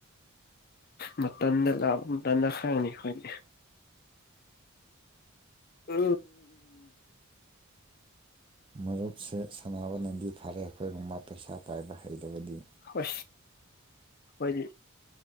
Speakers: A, on the left; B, on the right.
A: ꯃꯇꯝ ꯂꯇꯅ ꯈꯥꯏꯅꯤꯈꯣꯏꯅꯦ ꯑ
B: ꯃꯔꯨꯞꯁꯦ ꯁꯥꯟꯅꯕ ꯅꯗꯤ ꯐꯔꯦ ꯑꯩꯈꯣꯏꯒꯨꯝꯕ ꯄꯩꯁꯥ ꯄꯥꯏꯕ ꯍꯩꯇꯕꯗꯤ
A: ꯍ ꯍꯣꯏꯗꯤ